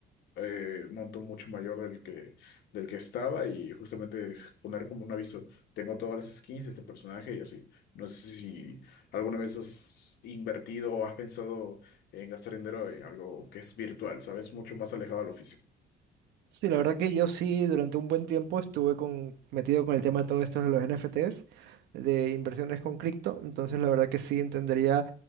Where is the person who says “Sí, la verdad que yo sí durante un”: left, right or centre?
Right